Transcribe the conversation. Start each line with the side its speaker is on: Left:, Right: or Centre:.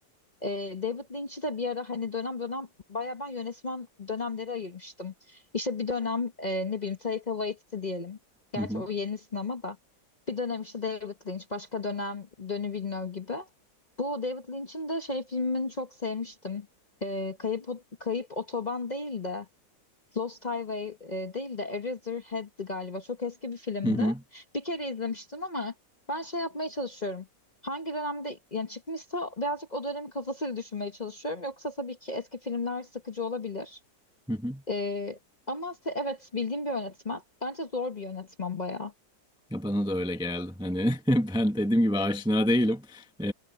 Left: E, David Lynch'i de bir ara hani dönem dönem bayağı ben yönetmen dönemleri ayırmıştım. İşte bir dönem e, ne bileyim Taika Waititi diyelim. Gerçi
Centre: Hı hı.
Left: o yeni sinema da. Bir dönem işte David Lynch, başka dönem Denis Villeneuve gibi. Bu David Lynch'in de şey filmini çok sevmiştim. E, Kayıp, Kayıp Otoban değil de Lost Highway e, değil de Eraserhead'di galiba. Çok eski bir filmdi.
Centre: Hı hı.
Left: Bir kere izlemiştim ama ben şey yapmaya çalışıyorum. Hangi dönemde yani çıkmışsa birazcık o dönemin kafasıyla düşünmeye çalışıyorum. Yoksa tabii ki eski filmler sıkıcı olabilir.
Centre: Hı hı.
Left: E, ama se- evet bildiğim bir yönetmen. Bence zor bir yönetmen bayağı.
Centre: Ya bana da öyle geldi. Hani <laughs> ben dediğim gibi aşina değilim. Ee,